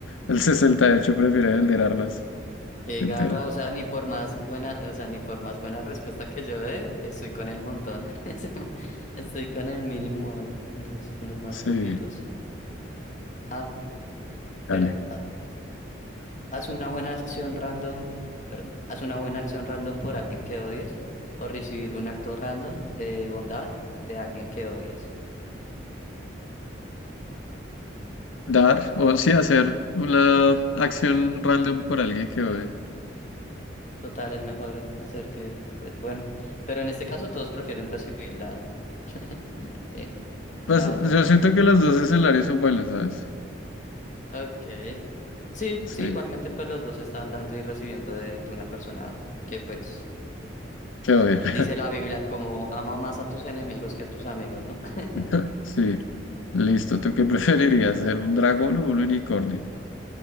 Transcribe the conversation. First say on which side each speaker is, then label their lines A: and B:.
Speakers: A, on the left; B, on the left.
A: El 68% prefiere vender armas.
B: Qué
A: Entel.
B: garra, o sea, ni por más buena, o sea, ni por más buena respuesta que yo dé, estoy con el montón. <laughs> Estoy con el mínimo hoy, con los, con los más
A: Sí,
B: poquitos. Ah, espera,
A: dale.
B: ah, haz una buena acción random, perdón, haz una buena acción random por alguien que odias o recibir un acto random de bondad de alguien que odias.
A: Dar o sí hacer una acción random por alguien que odie.
B: Total, es mejor hacer que, re- bueno, pero en este caso todos prefieren recibir la, <laughs> la la-
A: Pues
B: la
A: yo
B: otra.
A: siento que los dos escenarios son buenos, ¿sabes?
B: Ok. Sí,
A: Sí,
B: sí, igualmente pues los dos están dando y recibiendo de, de una persona que pues
A: que odie. <laughs>
B: dice la Biblia como ama más a tus enemigos que a tus amigos, ¿no? <laughs>
A: <laughs> Sí, listo. ¿Tú qué <laughs> preferirías, ser un dragón o un unicornio?